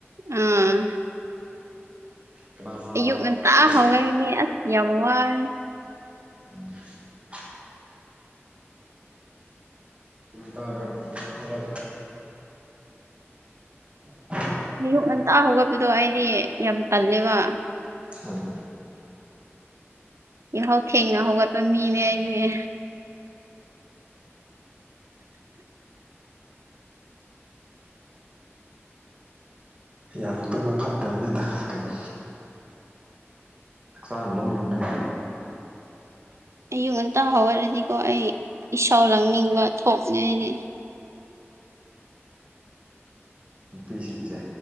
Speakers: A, on the right (about 80°); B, on the right (about 25°).
A: ꯑꯥ
B: ꯀꯅꯥꯅ
A: ꯑꯌꯨꯛ ꯉꯟꯇꯥ
B: ꯈꯔꯗꯤ
A: ꯍꯧꯔꯒꯅꯤ ꯑꯁ ꯌꯥꯝ ꯋꯥꯔꯅꯤ
B: ꯎꯝ <unintelligible> ꯇꯔ ꯋꯥ <unintelligible>
A: ꯑꯌꯨꯛ ꯉꯟꯇꯥ ꯍꯧꯒꯠꯄꯗꯣ ꯑꯩꯗꯤ ꯌꯥꯝ ꯇꯜꯂꯦꯕ
B: ꯑ
A: ꯌꯥꯍꯥꯎ ꯊꯦꯡꯅ ꯍꯧꯒꯠꯄ ꯃꯤꯅꯦ ꯑꯩꯅꯦ
B: ꯌꯥꯝꯅ ꯇꯨꯝꯕ ꯐꯠꯇꯕꯅꯤꯗ ꯀꯩꯅꯣ ꯁꯥꯡꯣꯇꯅꯤ
A: ꯑꯌꯨꯛ ꯉꯟꯇꯥ ꯍꯧꯔꯔꯗꯤꯀꯣ ꯑꯩ ꯏꯁꯥꯎ ꯂꯥꯡꯅꯤꯡꯕ ꯊꯣꯛꯅꯤ ꯑꯩꯗꯤ
B: ꯅꯨꯄꯤꯁꯤꯖ